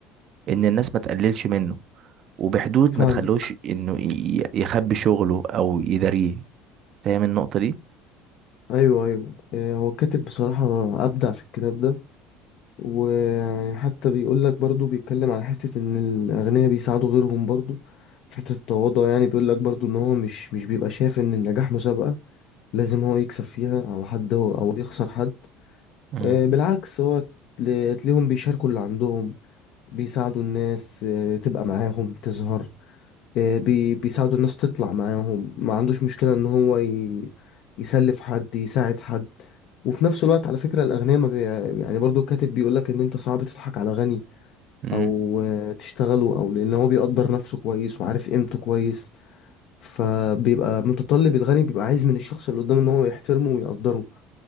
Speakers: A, on the right; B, on the left.
A: ان الناس ما تقللش منه وبحدود
B: فاهمك
A: ما تخلوش انه ي- يخبي شغله او يداريه فاهم النقطة دي
B: ايوه ايوه آه هو كاتب بصراحة ابدع في الكتاب ده وحتى بيقول لك برضو بيتكلم على حتة ان الاغنياء بيساعدوا غيرهم برضو في حتة التواضع يعني بيقول لك برضو ان هو مش مش بيبقى شايف ان النجاح مسابقة لازم هو يكسب فيها او حد هو او يخسر حد
A: امم
B: آه، بالعكس هو تل- تلاقيهم بيشاركوا اللي عندهم بيساعدوا الناس آه، تبقى معاهم تظهر آه، بي بيساعدوا الناس تطلع معاهم ما عندوش مشكلة ان هو ي... يسلف حد يساعد حد وفي نفس الوقت على فكرة الأغنياء ما بي... يعني برضو الكاتب بيقولك إن أنت صعب تضحك على غني
A: امم
B: أو آه، تشتغله أو لأن هو بيقدر نفسه كويس وعارف قيمته كويس فبيبقى متطلب الغني بيبقى عايز من الشخص اللي قدامه إن هو يحترمه ويقدره